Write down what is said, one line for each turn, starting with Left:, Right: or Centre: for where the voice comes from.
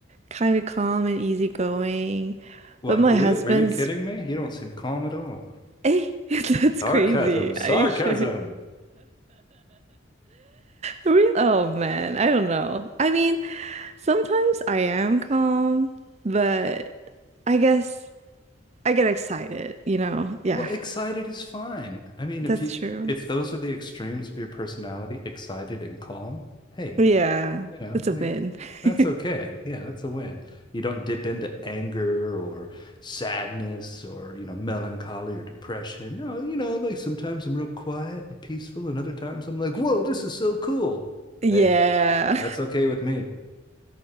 Right: kind of calm and easygoing.
Left: What,
Right: But my
Left: you?
Right: husband's,
Left: Are you kidding me? You don't seem calm at all.
Right: hey, <laughs> that's
Left: Sarcasm,
Right: crazy.
Left: sarcasm.
Right: Are you sure? <laughs> Real? Oh man, I don't know. I mean, Sometimes I am calm, but I guess I get excited, you know? Yeah,
Left: Well, excited is fine. I mean, if
Right: that's
Left: you
Right: true.
Left: if those are the extremes of your personality, excited and calm, hey,
Right: Yeah,
Left: you know,
Right: it's a
Left: like
Right: win.
Left: that's
Right: <laughs>
Left: okay. Yeah, that's a win. You don't dip into anger or sadness or, you know, melancholy or depression. No, you know, like sometimes I'm real quiet and peaceful, and other times I'm like, whoa, this is so cool.
Right: Yeah,
Left: Hey, that's okay with me.